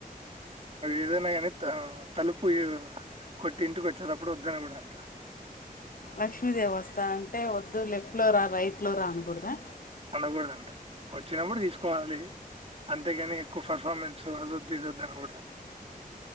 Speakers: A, on the right; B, on the left.
A: ఏదైనా కానీ తలుపు కొట్టి ఇంటికి వచ్చేటప్పుడు వద్దనకూడాదంటా
B: లక్ష్మీదేవ వస్తా అంటే వద్దు లెఫ్ట్ ఫ లోలోరా రైట్ ఫ్లో రా అనకూడదా
A: అనకూడదంట వచ్చినప్పుడు తీసుకోవాలి అంతేగాని ఎక్కువ పర్ఫార్మెన్స్ అ అదుద్దు ఇదొద్దు అనకూడదు